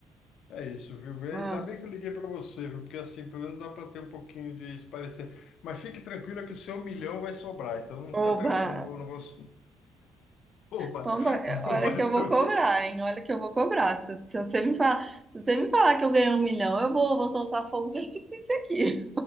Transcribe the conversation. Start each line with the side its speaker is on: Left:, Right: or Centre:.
Left: é isso, viu? Vê,
Right: Ah,
Left: Ainda bem que eu liguei para você, viu? Porque assim, pelo menos dá para ter um pouquinho de parecer. Mas fique tranquila que o seu milhão vai sobrar, então não
Right: oba!
Left: fica tranquilo, não vou, não vou, <laughs> Opa,
Right: Então, tá, é,
Left: não
Right: olha
Left: vai
Right: que
Left: sobrar.
Right: eu vou cobrar, hein? Olha que eu vou cobrar. Se, se você me falar, se você me falar que eu ganhei um milhão, eu vou, vou soltar fogo de artifício aqui.